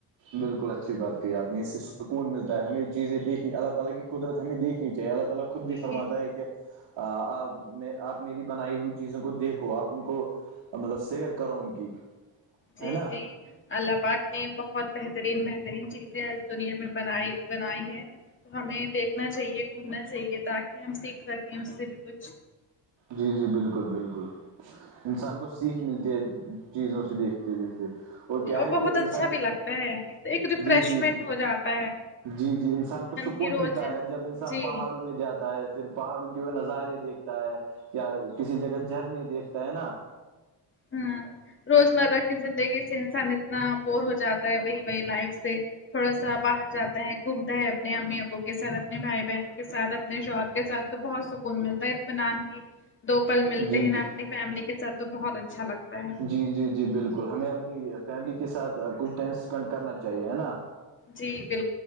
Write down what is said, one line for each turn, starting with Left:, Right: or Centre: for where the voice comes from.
Right: بالکل اچھی بات کہی آپ نے اس سے سکون ملتا ہے ہمیں چیزیں دیکھنی اللہ تعالی کی قدرت ہمیں دیکھنی چاہیے اللہ اللہ خود بھی فرماتا
Left: جی
Right: ہے کیا آپ میں آپ میری بنائی ہوئی چیزوں کو دیکھو آپ ان کو مطلب سیر کرو ان کی
Left: جی
Right: ہے نا
Left: جی اللہ پاک نے بہت بہترین بہترین چیزیں اس دنیا میں بنائی بنائی ہے تو ہمیں دیکھنا چاہیے گھومنا چاہیے تاکہ ہم سیکھ سکیں اس سے بھی کچھ
Right: جی جی بالکل بالکل انسان کو سیکھ ملتی ہے چیزوں سے دیکھتے دیکھتے
Left: جی
Right: کیا
Left: اور
Right: ہے
Left: بہت
Right: کہ انسان
Left: اچھا بھی لگتا ہے ایک ریفریشمنٹ
Right: جی جی
Left: ہو جاتا ہے
Right: جی جی انسان کو سکون
Left: کی روز
Right: ملتا ہے جب انسان
Left: جی
Right: پہاڑوں میں جاتا ہے پھر پہاڑوں کے وہ نظارے دیکھتا ہے یا کسی جگہ جھرنے دیکھتا ہے نا
Left: ہوں روزمرہ کی زندگی سے انسان اتنا بور ہو جات وہی وہی لائف سے تھوڑا سا باہر جاتا ہے گھومتا ہے اپنے امی ابو کے ساتھ اپنے بھائی بہنوں کے ساتھ اپنے شوہر کے ساتھ تو بہت سکون ملتا ہے اطمنان کی دو پل ملتے
Right: جی
Left: ہیں
Right: جی
Left: نا اپنی فیملی کے ساتھ تو بہت اچھا لگتا ہے
Right: جی جی جی بالکل ہمیں اپنی فیملی کے ساتھ کچھ ٹائم اسپینڈ کرنا چاہیے ہے نا
Left: جی بل